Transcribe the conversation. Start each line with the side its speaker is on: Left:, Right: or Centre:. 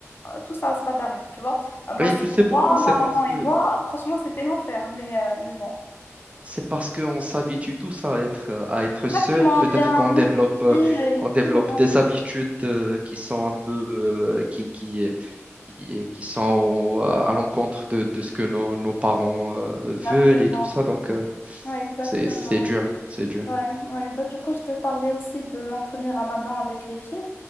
Left: euh, tous à se bagarrer, tu vois. Euh, ma
Right: Et
Left: soeur
Right: tu sais
Left: et
Right: pourquoi?
Left: moi,
Right: C'est
Left: ma maman
Right: parce que
Left: et moi, franchement, c'était l'enfer, mais, euh, mais bon.
Right: c'est parce qu'on s'habitue tous à être euh, à être
Left: Exactement,
Right: seul. Peut-être
Left: il y a
Right: qu'on
Left: un mode
Right: développe
Left: de
Right: euh,
Left: vie euh,
Right: on
Left: et
Right: développe
Left: tout. ouais,
Right: des habitudes euh, qui sont un peu euh, qui, qui qui qui sont au- à l'encontre de, de ce que nos, nos parents euh,
Left: exactement.
Right: veulent et tout ça. Donc euh,
Left: Ouais, exactement.
Right: c'est c'est dur, c'est dur.
Left: Ouais, ouais. Bah, du coup, je te parlais aussi de mon premier ramadan avec les filles.